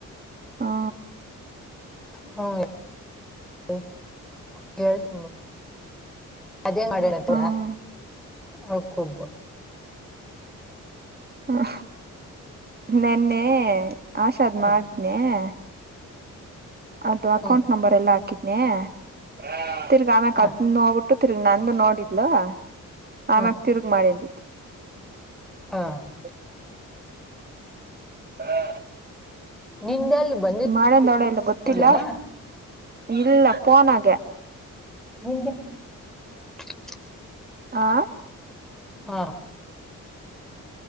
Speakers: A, on the right; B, in the centre.
A: ಹಾ
B: ಹ್ಮ ಹ ಹೇಳಳ್ ತಿಂಬ ಅದೇನ್ ಮಾಡೋಣಂತ
A: ಹ್ಮ
B: ಆಳ್ಕೊಬ
A: ಹ ನೆನ್ನೆ ಆಶಾಗ್
B: ಹ್ಮ್
A: ಮಾಡ್ದನೇ <unintelligible> ಅದು ಅಕೌಂಟ್
B: ಹ್ಮ್
A: ನಂಬರ್ ಎಲ್ಲಾ ಹಾಕಿದ್ ದ್ನಿ <unintelligible> ತಿರ್ಗ್ ಅಮೆಕ್
B: ಹ
A: ಅದ್ನಾನ್ನ ನೋಡ್ಬಿಟ್ಟು ನಂದ್ ನೋಡಿದ್ <unintelligible> ಆಮ್ಯಕ್
B: ಹ್ಮ್
A: ತಿರುಗಿ ಮಾಡಿದಿ <unintelligible>
B: ಹ
A: <unintelligible>
B: ನಿಂದೆಲ್ಲಿ ಬಂದಿ
A: ಮಾಡಂದೋಳ <unintelligible> ಗೊತ್ತಿಲ್ಲ
B: ಇದ್ಲೇನಾ
A: ಇಲ್ಲ ಪೋನಗೆ
B: <unintelligible>
A: ಹಾ
B: ಹಾ